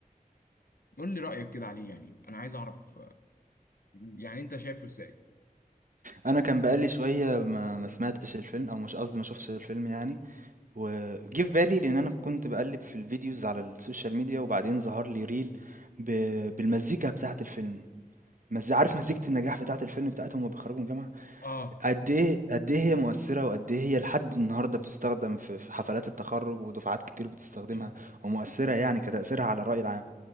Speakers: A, on the left; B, on the right.
A: قول لي رايك كده عليه يعني انا عايز اعرف آه، يعني انت شايفه ازاي
B: انا كان بقالي شويه ما ما سمعتش الفيلم او مش قصدي ما شفتش الفيلم يعني وجه في بالي لان انا كنت بقلب في الفيديوز على السوشيال ميديا وبعدين ظهر لي ريل ب... بالمزيكا بتاعه الفيلم مز... عارف مزيكه النجاح بتاعه الفيلم بتاعتهم وهما بيخرجوا من الجامعه
A: اه
B: قد ايه قد ايه هي مؤثره وقد ايه هي لحد النهارده بتستخدم في في حفلات التخرج ودفعات كتير بتستخدمها
A: انت
B: ومؤثره يعني كتاثيرها على الراي العام